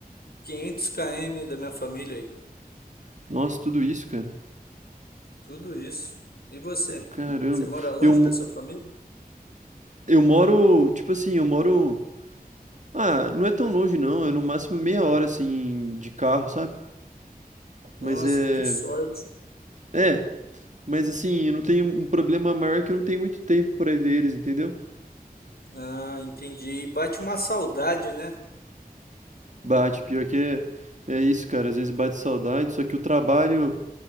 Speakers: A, on the left; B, on the right.
A: 500 km da minha família, Igor.
B: Nossa, tudo isso, cara.
A: Tudo isso. E você?
B: Caramba.
A: Você mora longe
B: Eu, mo-
A: da sua família?
B: eu moro, tipo assim, eu moro. Ah, não é tão longe, não. É no máximo meia hora, assim, de carro, sabe? Mas
A: Nossa,
B: é.
A: que sorte.
B: É, mas assim, eu não tenho um problema maior é que eu não tenho muito tempo pra ver eles, entendeu?
A: Ah, entendi. E bate uma saudade, né?
B: Bate, pior que é, é isso, cara. Às vezes bate saudade, só que o trabalho.